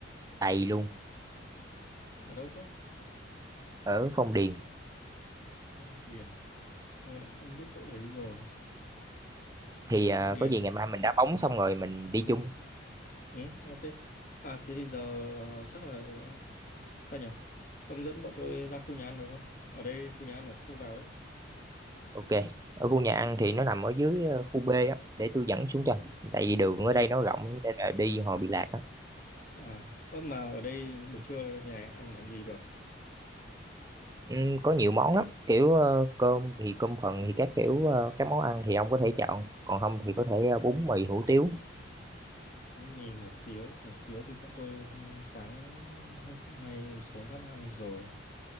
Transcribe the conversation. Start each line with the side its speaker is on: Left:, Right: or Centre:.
Right: đầy luôn
Left: ở đâu cơ
Right: ở Phong Điền
Left: Phong Điền tôi lại không biết chỗ đấy rồi
Right: thì
Left: Phong
Right: ờ,
Left: Điền
Right: có gì ngày mai mình đá bóng xong rồi mình đi chung
Left: ừ, ok à thế thì giờ ờ, chắc là ờ, sao nhỉ ông dẫn bọn tôi ra khu nhà ăn được không ở đây khu nhà ăn ở khu nào đấy
Right: ok ở khu nhà ăn thì nó nằm ở dưới ờ, khu B á để tôi dẫn xuống cho tại vì đường
Left: ok
Right: ở đây nó rộng nên là đi hồi bị lạc á
Left: À, ơ mà ở đây buổi trưa nhà này ăn món gì được?
Right: Ừm, có nhiều món lắm kiểu ờ, cơm thì cơm phần thì các kiểu ờ, các món ăn thì ông có thể chọn còn không thì có thể ờ, bún mì hủ tiếu
Left: Bánh Mì hủ tiếu, hủ tiếu thì bọn tôi hôm sáng hôm nay xuống phát ăn rồi.